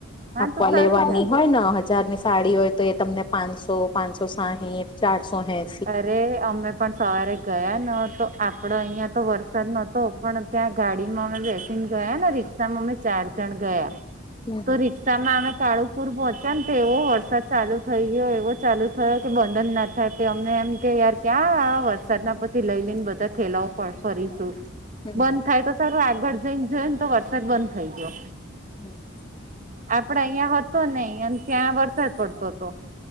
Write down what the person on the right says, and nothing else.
હા
તો સારું
કેવાય.
અરે અમે પણ સવારે ગયા ન તો આપડ અહીંયા તો વરસાદ નતો પણ ત્યાં ગાડીમાં અમે ગયા ને રિક્ષા માં અમે ચાર જણ ગયા.
તો રિ સામાં અમે કાળુપુર પહોંચ્યા ને તો એવો વરસાદ ચાલુ થઈ ગયો એવો ચાલુ થયો કે બંધન ના થાય કે અમને એમ કે યાર ક્યાં આ વરસાદ ના પછી લઈ લઈને બધા થેલાઓ પણ ફરીશું.
બંધ થાય તો સારું આગળ જઈને જોયો ને તો વરસાદ બંધ થઈ ગયો.
આપડ અહિયાં હતો નઈ અને ત્યાં વરસાદ પડતો હતો.